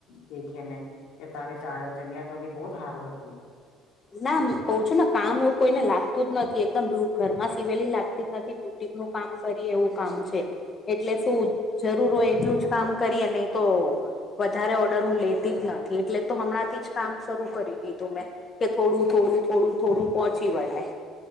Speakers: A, on the left; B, on the left.
A: દેખેને કે તારી ચ ચનિયા ચોલી બહુત સારું હતી
B: ના કઉ છું ને કામ એવું કોઈને લાગતું જ નથી એકદમ બ ઘરમાં સિવેલી લાગતી જ નથી બ નું કામ કરી એવું કામ છે એટલે શું જરૂર હોય એટલું જ કામ કરીએ. નહી તો વધારે ઓર્ડર હું લેતી જ નથી. એટલે તો હમણાંથી જ કામ શરૂ કરી દીધું મેં. કે થોડું થોડું થોડું થોડું પોહોંચી વળાય